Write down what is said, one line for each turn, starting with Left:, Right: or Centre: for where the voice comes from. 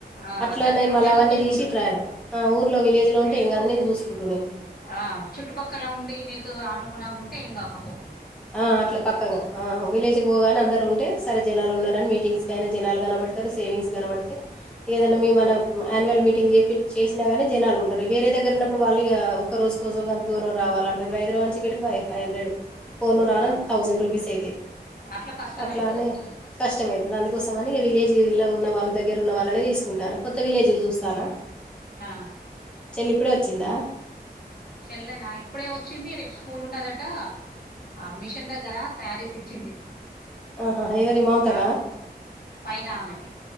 Left: ఆ
Centre: అట్లా
Left: దగ్గర
Centre: నేన్ మళ్ళ
Left: ఉంటే
Centre: అవన్నీ
Left: మంచిగుండు
Centre: తీసి ఇట్ రాయడం. ఆ ఊర్లో విలేజ్లో ఉంటే
Left: మీకు
Centre: ఏం కాదు నేన్ చూస్కుంటునే
Left: ఆ చుట్టుపక్కల ఉండి నీకు అనుగుణంగా ఉంటే ఏం గాక
Centre: ఆ అట్ల పక్కంగ ఆ విలేజ్కి పోగానే అందరు ఉంటే సరే జనాలున్నరన్ మీటింగ్స్కైనా జనాలు కనబడతరు, సేవింగ్స్ కనబడితే ఇగ ఏదన్నా మీ మన
Left: అవును
Centre: యాన్యువల్ మీట్ టింగ్ చేపి చేసినా గని జనాలుంటరు. వేరే దగ్గరున్నప్పుడు వాళ్ళు ఇగ ఒక్క రోజు కోసం గంత దూరం రావాలంటే ఇప్పుడు హైదరాబా ద్లోంచి ఇక్కడికి ఫైవ్ ఫైవ్ హండ్రెడు పోను రానా
Left: అవును
Centre: థౌజండ్ రూపీస్ అయితయి.
Left: అట్లా కష్టం
Centre: అట్లా
Left: అయితది
Centre: అనే కష్టమైతది అందుకోసమ ని ఇగ విలేజ్ల ఉన్న వాళ్ళ దగ్గరున్న వాళ్ళనే తీస్కుంటాన్న కొత్త విలేజ్ల్ చూస్తాన్న.
Left: ఆ
Centre: ఇప్పుడే వచ్చిందా?
Left: చెల్లనా ఇప్పుడే వచ్చింది రేప్ స్కూలున్నదటా ఆ మిషన్ దగ్గర శారీస్ ఇచ్చింది.
Centre: ఆహా, ఎవరి మమతకా
Left: అ పైన ఆమెకి